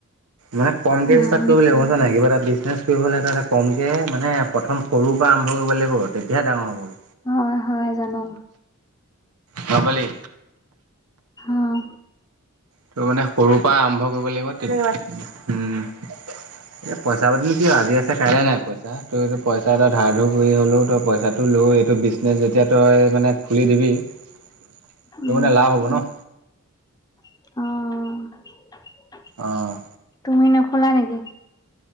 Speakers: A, on the right; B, on the left.
A: মানে কমকে
B: উম
A: ষ্টাৰ্ট কৰিব লাগিব গম পাইছা নাই কিবা এটা- বিজনেছ কৰিবলৈ এটা এটা কমকে মানে প্ৰথম সৰুৰ পৰা আৰম্ভ কৰিব লাগিব তেতিয়াহে ডাঙৰ হ'বগৈ।
B: হয় হয় জানো।
A: গম পালি।
B: উমঁ।
A: ত' মানে সৰুৰ পৰা আৰম্ভ কৰিব লাগিব তেতি- উমঁ এ পইচা পাতিনো কি আও আজি আছে কাইলে নাই। পইচা তই এইটো পইচা এটা ধাৰ ধুৰ কৰি হ'লেও তই পইচাটো লৈ এইটো বিজনেজ যেতিয়া তই মানে- খুলি দিবি ত
B: উম
A: মানে লাভ হ'ব ন।
B: অঁ।
A: অঁ।
B: তুমি নোখোলা নেকি